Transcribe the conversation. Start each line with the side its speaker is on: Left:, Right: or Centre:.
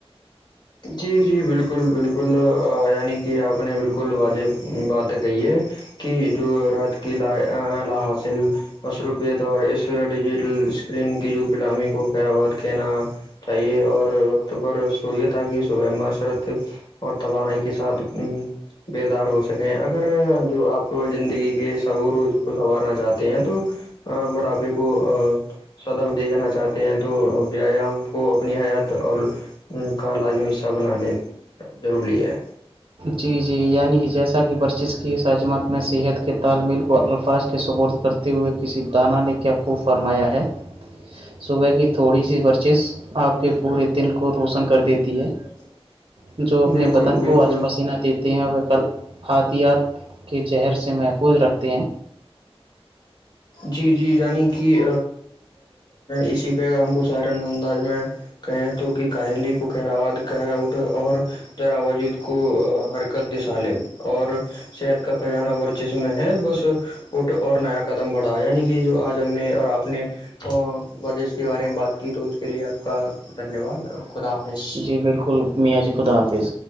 Left: جی جی بالکل بالکل یعنی کہ آپ نے بالکل واجح بات کہی ہے کی جو رات کی لا لا حاصل مصروفیت اور اس ڈیجیٹل اسکرین کی جو گلامی کو خیر آباد کہنا چاہیے اور وقت پر سوئیے تاکہ صبہ معاشرت اور توانائی کے ساتھ ا بیدار ہو سکیں اگر جو آپ زندگی کے صبور و اس کو سنوارنا چاہتے ہیں تو ہ بڑھاپے کو سدب دیکھنا چاہتے ہیں تو ویایام کو اپنی حیات اور کالالمی سہ بنانے ضروری ہے
Right: جی جی یعنی کہ جیسا کہ برچش کی عجمت میں صحت کے تالمیل کو الفاظ کے ثبورت کرتے ہوئے کسی دانا نے کیا خوب فرمایا ہے
Left: <unintelligible>
Right: صبح کی تھوڑی سی ورچش آپ کے پورے دن کو روشن کر دیتی ہے
Left: <inaudible>
Right: جو اپنے
Left: بالکل
Right: وطن
Left: بالکل
Right: کو آج نہ دیتے ہیں اور وہ ک آادیات کے زہر سے محفوظ رکھتے ہیں
Left: جی جی یعنی کہ اسی پیغام کو سہر انداز میں کہیں تو کہ کاہلی کو کہراواد کہ اٹھے اور ذراوجد کو حرکت دسا لیں اور صحت کا کزانہ ورچسم ہے بس اٹ اور نیا کد م بڑھا یعنی کہ جو آج ہم نے اور آپ نے ورزش کے بارے میں بات کی تو اس کے لیے آپ کا دھنیہ واد خدا حافظ
Right: جی بالکل میاں جی خدا حافظ